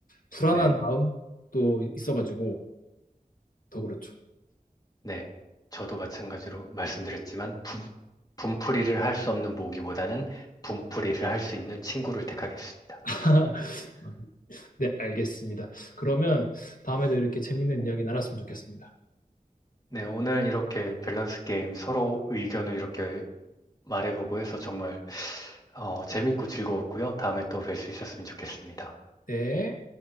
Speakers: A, on the left (about 65°); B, on the left (about 25°).
A: 불안한
B: 네.
A: 마음도 있어가지고 더 그렇죠.
B: 네, 저도 마찬가지로 말씀드렸지만 분, 분풀이를 할 수 없는 모기보다는 분풀이를 할 수 있는 친구를 택하겠습니다.
A: <laughs> 네, 알겠습니다. 그러면 다음에도 이렇게 재밌는 이야기 나눴으면 좋겠습니다.
B: 네, 오늘 이렇게 밸런스 게임 서로 의견을 이렇게 말해보고 해서 정말 어, 재밌고 즐거웠고요. 다음에 또 뵐 수 있었으면 좋겠습니다.
A: 네.